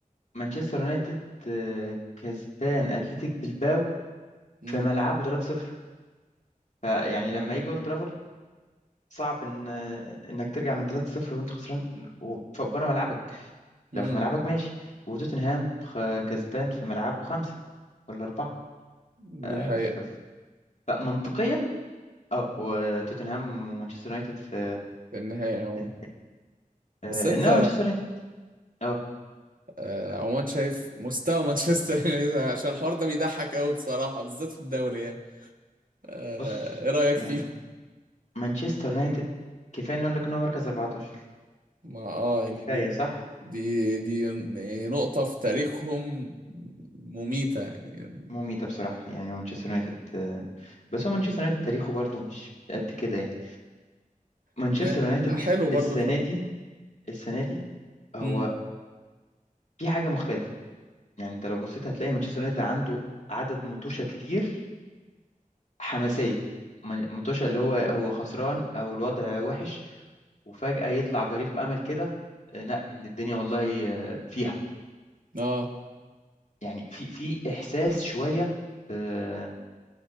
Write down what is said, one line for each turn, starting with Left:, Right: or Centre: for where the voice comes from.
Left: مانشستر يونايتد آه، كسبان اتلتيك بلباو
Right: امم
Left: في ملعبه 3-0 فيعني
Right: آه.
Left: لما يجي اولد ترافورد صعب ان انك ترجع من 3-0 وانت خسران بره ملعبك
Right: امم
Left: لو في ملعبك ماشي وتوتنهام خ- كسبان في ملعبه خمسة ولا أربعة
Right: دي
Left: آه،
Right: حقيقة
Left: ف- فمنطقيا اه هو توتنهام ومانشستر يونايتد في
Right: في النهاية عموما
Left: إن- آه،
Right: بس انت
Left: انما مانشستر يونايتد اه
Right: آه، عموما شايف مستوى <laughs> مانشستر يونايتد عشان الحوار ده بيضحك قوي بصراحة بالذات في الدوري يعني آه،
Left: بص
Right: ايه رأيك فيهم
Left: يعني مانشستر يونايتد كفايه نقول لك ان هو مركز 14
Right: <laughs> ما اه يعني
Left: كفايه
Right: دي
Left: صح
Right: دي دي يعني نقطة في تاريخهم مميتة يعني
Left: مميتة بصراحة يعني مانشستر يونايتد آه، بس هو مانشستر يونايتد تاريخه برضه مش قد كده يعني مانشستر
Right: م-
Left: يونايتد
Right: لا حلو برضه
Left: السنه
Right: شوية
Left: دي السنه دي هو
Right: امم
Left: في حاجه مختلفه يعني انت لو بصيت هتلاقي مانشستر يونايتد عنده عدد مطوشه كتير حماسيه من- مطوشه اللي هو هو خسران او الوضع وحش وفجاه يطلع بريق امل كده آه، لا ان الدنيا والله آه، فيها
Right: اه
Left: فيعني في في احساس شويه ب-